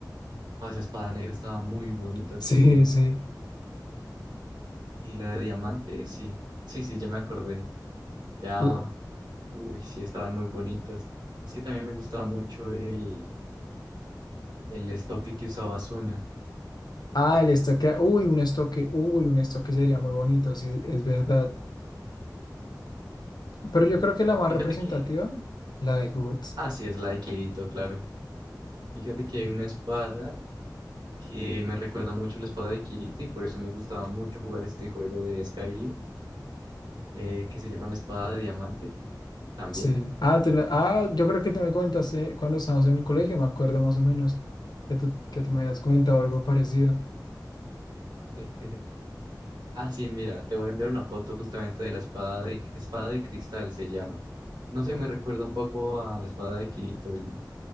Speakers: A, on the right; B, on the left.
A: Ah, esa espada negra estaba muy bonita
B: <laughs> sí,
A: también.
B: sí.
A: Y la de diamante, sí. Sí, sí, ya me acordé. Ya
B: L-
A: Uy, sí, estaban muy bonitas. Es que también me gustaba mucho el, el estoque que usaba Asuna.
B: Ah, el estoque. Uy, un estoque. Uy, un estoque sería muy bonito, sí, es verdad. Pero
A: Sí.
B: yo creo que la más
A: Fíjate
B: representativa,
A: que.
B: la de Guts.
A: Ah, sí, es la de Kirito, claro. Fíjate que hay una espada que me recuerda mucho la espada de Kirito y por eso me gustaba mucho jugar este juego de Skyrim, eh, que se llama la espada de diamante también.
B: Sí. Ah, te la- ah, yo creo que tú me contaste cuando estábamos en el colegio, me acuerdo más o menos que tú, que tú me habías comentado algo parecido.
A: <laughs> Ah, sí, mira, te voy a enviar una foto justamente de la espada de, espada de cristal, se llama. No
B: Ujú.
A: sé, me recuerda un poco a la espada de Kirito y